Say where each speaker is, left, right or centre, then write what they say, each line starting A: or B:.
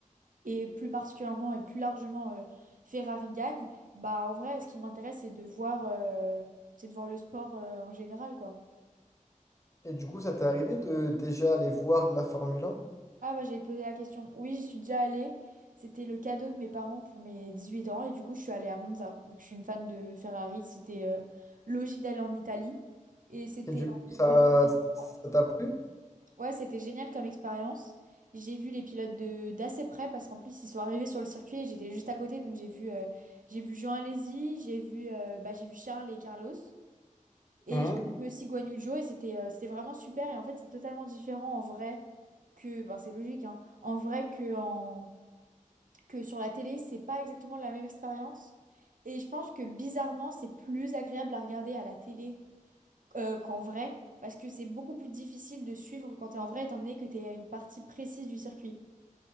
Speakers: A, on the right (about 75°); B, on the left (about 20°).
A: et plus particulièrement et plus largement euh, Ferrari gagne, bah en vrai, ce qui m'intéresse, c'est de voir, euh, c'est de voir le sport euh, en général, quoi.
B: Et du coup, ça t'est arrivé de déjà aller voir de la Formule un
A: Ah bah j'allais te poser la question. Oui, j'y suis déjà allée. C'était le cadeau de mes parents pour mes 18 ans et du coup je suis allée à Monza. Vu que je suis une fan de Ferrari, c'était euh, logique d'aller en Italie et c'était
B: Et du
A: en
B: coup, ça,
A: 2023.
B: ça t'a plu?
A: Ouais, c'était génial comme expérience. J'ai vu les pilotes de d'assez près parce qu'en plus ils sont arrivés sur le circuit et j'étais juste à côté donc j'ai vu euh, j'ai vu Jean Alesi, j'ai vu euh, bah, j'ai vu Charles et Carlos et
B: Mhm.
A: j'ai vu aussi Guan Yu Zhou et c'était euh, c'était vraiment super et en fait c'est totalement différent en vrai que ben c'est logique hein, en vrai que en que sur la télé c'est pas exactement la même expérience et je pense que bizarrement c'est plus agréable à regarder à la télé euh, qu'en vrai, parce que c'est beaucoup plus difficile de suivre quand t'es en vrai, étant donné que t'es à une partie précise du circuit.